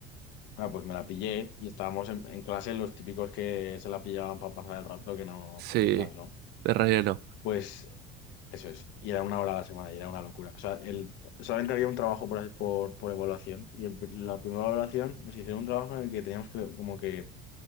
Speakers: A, on the left; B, on the right.
A: Ah, pues me la pillé y estábamos en, en clase los típicos que se la pillaban para pasar el rato, que no,
B: Sí,
A: sin más, ¿no?
B: de relleno.
A: Pues eso es. Y era una hora a la semana y era una locura. O sea, el, solamente había un trabajo por, por, por evaluación y el- la primera evaluación nos hicieron un trabajo en el que teníamos que como que